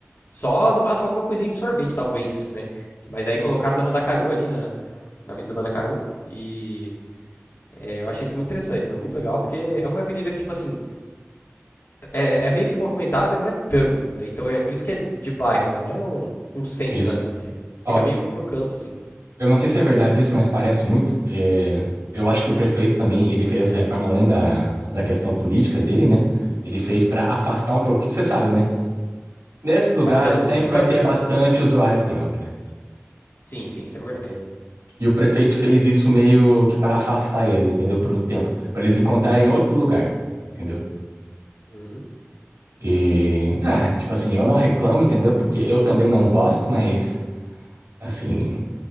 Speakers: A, on the left; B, on the right.
A: Só no máximo alguma coisinha de sorvete, talvez, né? Mas aí colocaram na Mandacaru ali, na, na Avenida Mandacaru. E É, eu achei isso muito interessante, mano, muito legal, porque é uma avenida que, tipo assim, é, é meio que movimentada, mas não é tanto, né? Então é por isso que é de bairro, né? Não é um, um centro
B: Isso.
A: da vida, ele fica, fica
B: Ó,
A: meio pro canto, assim.
B: eu não sei se é verdade isso, mas parece muito. É, eu acho que o prefeito também, ele fez essa reforma além da, da questão política dele, né? Ele fez pra afastar um pouco, porque você sabe, né? Nesses lugares
A: Tava dando uns
B: sempre
A: escândalo?
B: vai ter bastante usuário de droga, né?
A: Sim, sim, isso é verdade.
B: E o prefeito fez isso meio que para afastar eles, entendeu? Por um tempo, para eles encontrarem outro lugar, entendeu?
A: Uhum,
B: E, ah, tipo assim, eu não reclamo, entendeu? Porque eu também não gosto, mas assim,